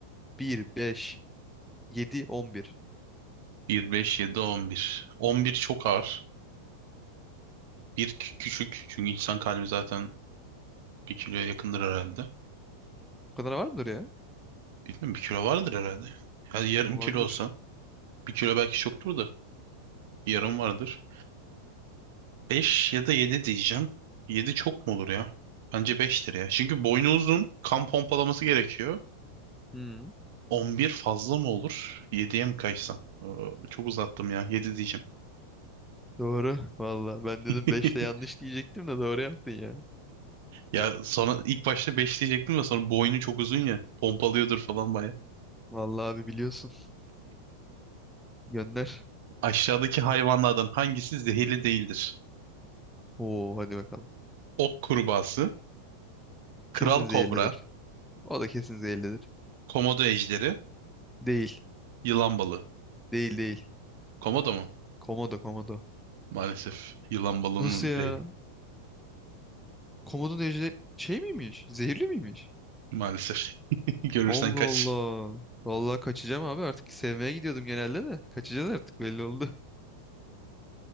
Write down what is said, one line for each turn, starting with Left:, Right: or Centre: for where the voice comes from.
Centre: 1, 5, 7, 11.
Right: 1, 5, 7, 11. 11 çok ağır. Bir kü- küçük. Çünkü insan kalbi zaten bir kiloya yakındır herhalde.
Centre: O kadar var mıdır ya?
Right: Bilmiyorum bir kilo vardır herhalde. Yani yarım
Centre: Olabilir.
Right: kilo olsa. bir kilo belki çoktur da. Yarım vardır. 5 ya da 7 diyeceğim. 7 çok mu olur ya? Bence 5'tir ya. Çünkü boynu uzun, kan pompalaması gerekiyor.
Centre: Hmm.
Right: 11 fazla mı olur? 7'ye mi kaçsam? Ee, çok uzattım ya. Yedi diyeceğim.
Centre: Doğru. Valla ben dedim
Right: <laughs>
Centre: beşte yanlış diyecektim de doğru yaptın ya.
Right: Ya sonra ilk başta 5 diyecektim de sonra boynu çok uzun ya. Pompalıyordur falan baya.
Centre: Valla abi biliyorsun. Gönder.
Right: Aşağıdaki hayvanlardan hangisi zehirli değildir?
Centre: Oo hadi bakalım.
Right: Ok kurbağası,
Centre: Kesin
Right: kral
Centre: zehirlidir.
Right: kobra,
Centre: O da kesin zehirlidir.
Right: komodo ejderi,
Centre: Değil.
Right: yılan balığı.
Centre: Değil değil.
Right: Komodo mu?
Centre: Komodo komodo.
Right: Maalesef. Yılan balığının
Centre: Nasıl ya?
Right: zehri.
Centre: Komodo ejder şey miymiş? Zehirli miymiş?
Right: Maalesef. <laughs> Görürsen
Centre: Allah
Right: kaç.
Centre: Allah. Valla kaçacağım abi artık sevmeye gidiyordum genelde de. Kaçacağız artık belli oldu.